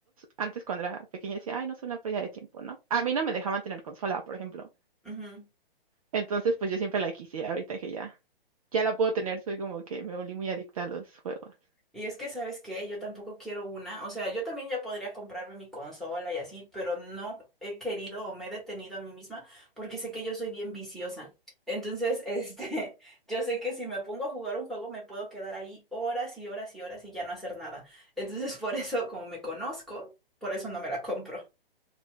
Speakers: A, on the right (about 40°); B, in the centre.
A: antes cuando era pequeña decía, ay, no, es una pérdida de tiempo, ¿no? A mí no me dejaban tener consola, por ejemplo.
B: Ujú.
A: Entonces, pues yo siempre la quise, ahorita que ya. Ya la puedo tener, soy como que me volví muy adicta a los juegos.
B: Y es que, ¿sabes qué? Yo tampoco quiero una. O sea, yo también ya podría comprarme mi consola y así, pero no he querido o me he detenido a mí misma porque sé que yo soy bien viciosa. Entonces, <laughs> este, yo sé que si me pongo a jugar un juego me puedo quedar ahí horas y horas y horas y ya no hacer nada. Entonces, <laughs> por eso, como me conozco, por eso no me la compro.